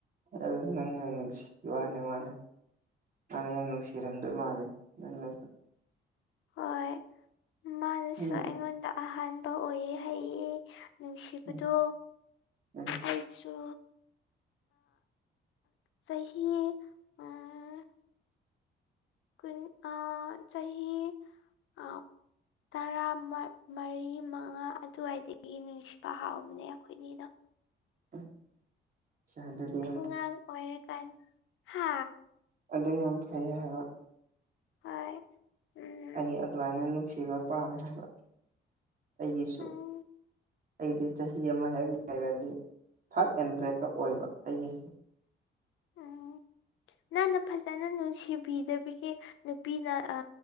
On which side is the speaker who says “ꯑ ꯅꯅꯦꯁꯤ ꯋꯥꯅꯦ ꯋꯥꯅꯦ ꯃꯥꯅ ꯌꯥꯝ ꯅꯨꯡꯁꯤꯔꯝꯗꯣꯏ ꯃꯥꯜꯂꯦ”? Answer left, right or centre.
Right